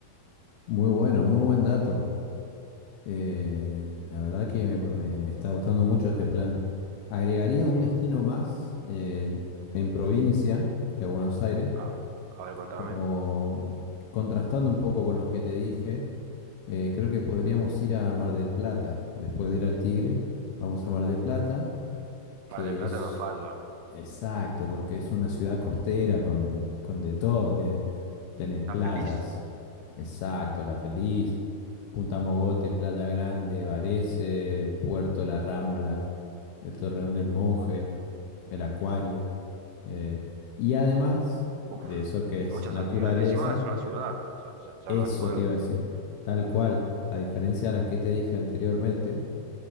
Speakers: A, on the left; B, on the right.
A: Muy bueno, muy buen dato. Eh, la verdad que me me- me está gustando mucho este plan. Agregaría
B: ¿sí?
A: un destino más eh, en provincia de Buenos Aires,
B: Ah, a ver, contame.
A: como contrastando un poco con los que te dije, eh, creo que podríamos ir a Mar del Plata, después de ir al Tigre, vamos a Mar
B: Uy,
A: del Plata, que
B: Mar del Plata
A: es
B: no falla.
A: Exacto, porque es una ciudad costera con, con de todo, tiene, tiene playas.
B: Está feliz.
A: Exacto, La Feliz, Punta Mogote, Playa Grande, Varese, el puerto, La Rambla, el Torreón del Monje, el Acuario. eh, y además
B: Uf,
A: de eso que es
B: muchas
A: naturaleza,
B: actividades. Encima es una ciudad, o sea, ya, ya
A: eso
B: no es pueblo.
A: te iba a decir, tal cual, a diferencia de las que te dije anteriormente,